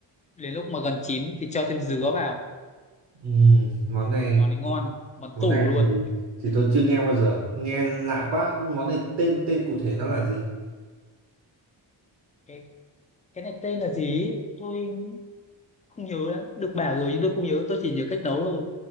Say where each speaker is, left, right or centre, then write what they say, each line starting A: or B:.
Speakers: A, on the left; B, on the right.
A: đến lúc mà gần chín thì cho thêm dứa vào
B: ừ, Món này,
A: món này ngon món
B: món
A: tủ
B: này
A: luôn
B: thì thì tôi chưa nghe bao giờ. Nghe lạ quá. Món này tên tên cụ thể nó là gì?
A: cái cái này tên là gì tôi không nhớ lắm được bảo rồi nhưng tôi không nhớ tôi chỉ nhớ cách nấu thôi